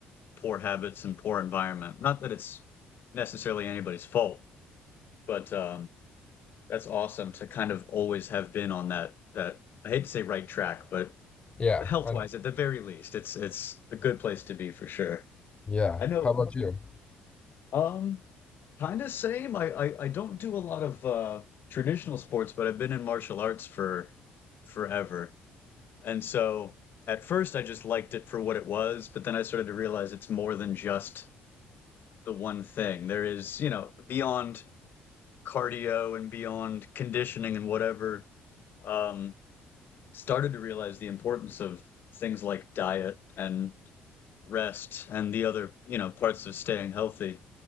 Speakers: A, on the left (about 55°); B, on the left (about 25°).
A: poor habits and poor environment. Not that it's necessarily anybody's fault, but um, that's awesome to kind of always have been on that that I hate to say right track, but
B: Yeah,
A: health
B: I
A: wise at the very least it's it's a good place to be for sure
B: Yeah.
A: i know
B: How about you?
A: um kind of same I, I i don't do a lot of uh traditional sports but i've been in martial arts for forever and so at first i just liked it for what it was but then i started to realize it's more than just the one thing there is you know beyond cardio and beyond conditioning and whatever um started to realize the importance of things like diet and rest and the other you know parts of staying healthy